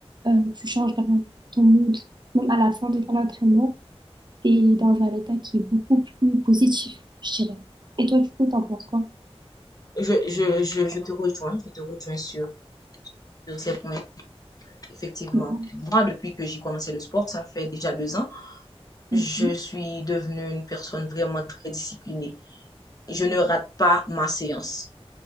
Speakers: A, on the right; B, on the left.
A: euh, tu changes vraiment ton mood. Même à la fin de ton entraînement, tu es dans un état qui est beaucoup plus positif, je dirais. Et toi, du coup, t'en penses quoi?
B: Je, je, je, je te rejoins, je te rejoins sur, sur ces points. Effectivement,
A: Mhm.
B: moi, depuis que j'ai commencé le sport, ça fait déjà deux ans,
A: Mhm.
B: je suis devenue une personne vraiment très disciplinée. Je ne rate pas ma séance.